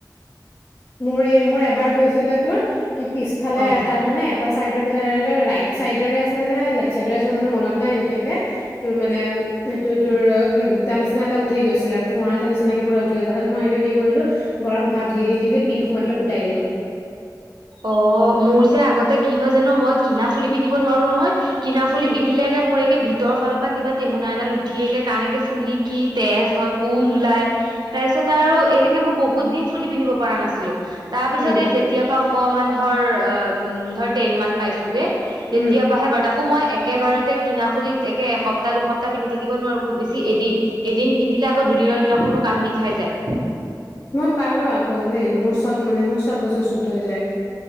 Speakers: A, on the left; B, on the right.
A: মোৰ মোৰ এবাৰ হৈছিলে তোৰ কি পিছফালে
B: অ অ
A: তাৰ মানে এটা চাইডত ৰাইট চাইডৰে আছে নে লেফ্ট চাইডৰে আছে জানো মনত নাই বিশেষকে তোৰ মানে সেইটোত তোৰ এনেকে গোটাৰ এটা উঠি গৈছিলে এ পোহা এটা নিচিনা উঠি গৈছে তা পাছত মই সেইটো কি কৰিলো গৰম ভাৱ দি দি দি পিন্ সোমা পেলাই ফুটাই দিলো
B: অঁ মোৰ যে আগতে কি হয় জানো মই কিনা ফুলি পিন্ধিব নোৱাৰো নহয় কিনা ফুলি
A: উম
B: পিন্ধিলেগে মোৰ একে ভিতৰ ফালৰ পৰা কিবা টেমুনা এডাল উঠিয়েকে পকে ফুলি কি তেজ হয় পুজ ওলাই তাৰ পিছত আৰু এনেকে মই বহুত দিন ফুলি পিন্ধিব পৰা নাছিলো তাৰ পিছত
A: উম
B: এই যেতিয়া পাওঁ অকনমান ধৰ ধৰ টেন মান পাইছোৱে গে
A: উম
B: তেতিয়া পৰা আহে বটা অঁ মই একেবাৰতে কিনা ফুলিত একে এসপ্তাহ দুসপ্তাহ পিন্ধি থাকিব নোৱাৰো খুব বেছি এদিন এদিন পিন্ধিলে আকৌ দুদিনৰ দিনাখন মোক আন বিষাই যায়।
A: মই পাৰো আকৌ দেই মোৰ চব মানে মোৰ চব বস্তু চুট হৈ যায়